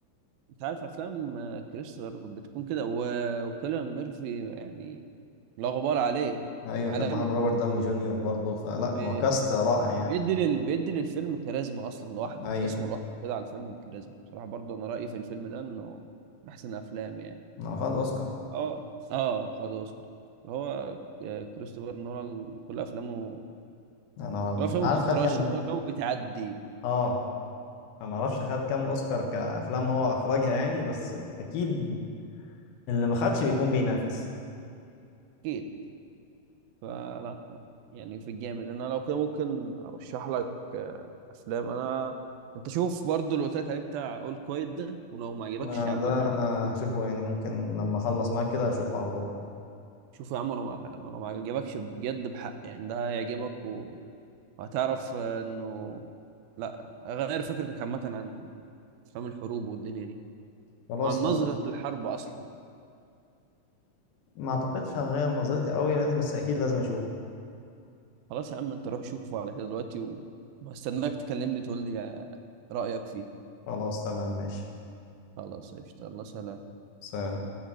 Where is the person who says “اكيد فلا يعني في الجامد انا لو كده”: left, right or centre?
Right